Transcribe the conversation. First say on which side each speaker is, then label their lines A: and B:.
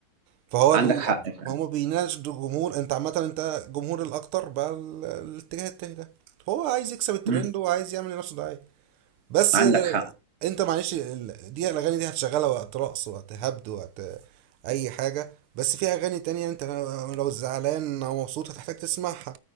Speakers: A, on the right; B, on the right.
A: فهو
B: عندك
A: ده ال-
B: حق فعلا
A: ما هما بيناقش الجمهور انت عامة انت جمهور الاكتر بقى ال- الاتجاه التاني ده هو عايز يكسب الترند
B: مم.
A: وعايز يعمل لنفسه دعاية بس
B: عندك
A: آه،
B: حق
A: انت معلش ال- دي الاغاني دي هتشغلها وقت رقص وقت هبد وقت آه، اي حاجة بس في اغاني تانية انت لو زعلان او مبسوط هتحتاج تسمعها